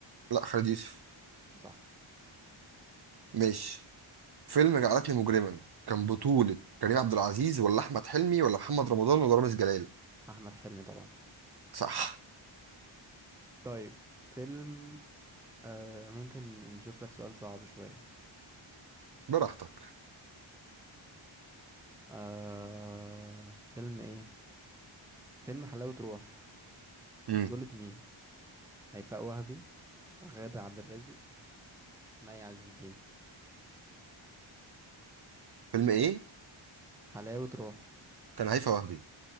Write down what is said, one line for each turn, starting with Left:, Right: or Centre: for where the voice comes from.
Right: لا خالد يوسف
Centre: صح
Right: ماشي فيلم جعلتني مجرما كان بطولة كريم عبد العزيز ولا أحمد حلمي ولا محمد رمضان ولا رامز جلال
Centre: أحمد حلمي طبعا
Right: صح
Centre: طيب فيلم آه ممكن نشوف لك سؤال صعب شوية
Right: براحتك
Centre: آه فيلم إيه؟ فيلم حلاوة روح
Right: امم
Centre: بطولة مين؟ هيفاء وهبي غادة عبد الرازق مي عز الدين
Right: فيلم إيه؟
Centre: حلاوة روح
Right: كان هيفاء وهبي